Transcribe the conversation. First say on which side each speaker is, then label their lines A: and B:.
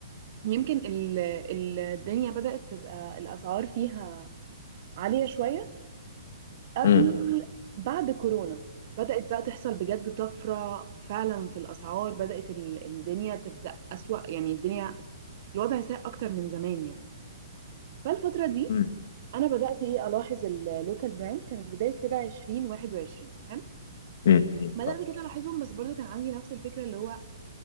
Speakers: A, on the right; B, on the left.
A: يمكن ال... ال- الدنيا بدات تبقى الاسعار فيها عاليه شويه قبل
B: امم
A: بعد كورونا بدات بقى تحصل بجد طفره فعلا في الاسعار بدات ال... الدنيا تبدا اسوأ يعني الدنيا الوضع سيء اكتر من زمان يعني فالفتره دي
B: امم
A: انا بدات ايه الاحظ اللوكال براندز كانت بدايه كده 20 21 حلو
B: امم
A: بدات كده الاحظهم بس برضو كان عندي نفس الفكره اللي هو